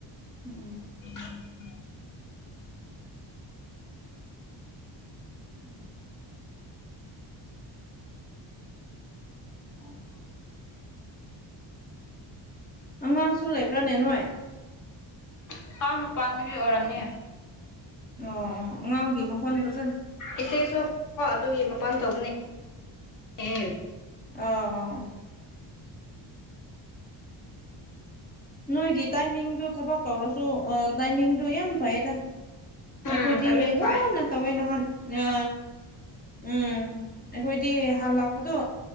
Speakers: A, on the left; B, on the left.
A: ꯎꯝ
B: ꯎ
A: ꯎꯝ ꯎꯝ ꯑꯉꯥꯡꯁꯨ ꯂꯩꯕ꯭ꯔꯥꯅꯦ ꯅꯣꯏ
B: ꯑꯄꯥꯝ ꯃꯄꯥꯥꯟꯗꯨꯗꯤ ꯑꯣꯏꯔꯝꯅꯤ
A: ꯑꯣ ꯑꯣ ꯑꯉꯥꯡꯒꯤ ꯃꯈꯣꯟ ꯐꯖꯅ
B: ꯏꯆꯦꯁꯨꯣ ꯑꯗꯨꯒꯤ ꯃꯄꯥꯟ ꯊꯣꯛꯄꯅꯦ ꯑꯦ
A: ꯑ ꯑ ꯅꯣꯏꯒꯤ ꯇꯥꯏꯃꯤꯡꯗꯨꯣ ꯊꯕꯛ ꯇꯧꯔꯁꯨ ꯇꯥꯏꯃꯤꯡꯗꯨ ꯌꯥꯝ ꯐꯩꯌꯦꯗ ꯑꯩꯈꯣꯏꯗꯤ
B: ꯎꯝ ꯇꯃꯦꯡ
A: ꯋꯥꯅ
B: ꯐꯥꯏ
A: ꯇꯧꯋꯦ ꯅꯍꯥꯟ ꯑ ꯎꯝ ꯑꯩꯈꯣꯏꯗꯤ ꯍꯥꯟ ꯂꯥꯛꯄꯗꯣ